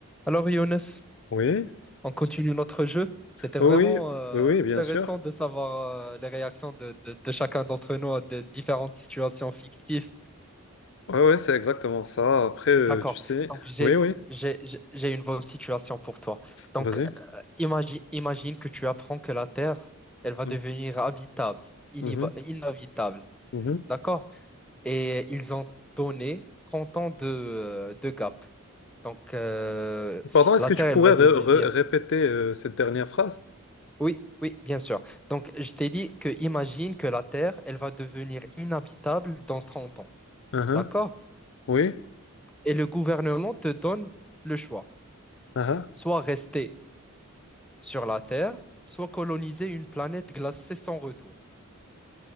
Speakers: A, in the centre; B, on the left.
A: Alors Younes,
B: Oui,
A: on continue notre jeu. C'était
B: oui,
A: vraiment euh,
B: oui, oui, bien
A: intéressant
B: sûr.
A: de savoir euh, les réactions de, de- de chacun d'entre nous à des différentes situations fictives.
B: Oui, oui, c'est exactement ça. Après, euh,
A: D'accord.
B: tu sais.
A: Donc j'ai
B: Oui, oui,
A: j'ai j'ai j'ai une bonne situation pour toi. Donc
B: vas-y.
A: imagine imagine que tu apprends que la Terre, elle va
B: Mm,
A: devenir habitable, inhib-
B: mhm,
A: inhabitable.
B: mhm.
A: D'accord? Et ils ont donné 30 ans de, euh, de gap. Donc euh,
B: Pardon, est-ce
A: la
B: que
A: Terre,
B: tu pourrais
A: elle va
B: ré-
A: devenir
B: ré- répéter euh, cette dernière phrase?
A: Oui, oui, bien sûr. Donc, je t'ai dit que imagine que la Terre, elle va devenir inhabitable dans 30 ans.
B: Mhm,
A: D'accord?
B: Oui.
A: Et le gouvernement te donne le choix.
B: Hein, hein.
A: Soit rester sur la Terre, soit coloniser une planète glacée sans retour.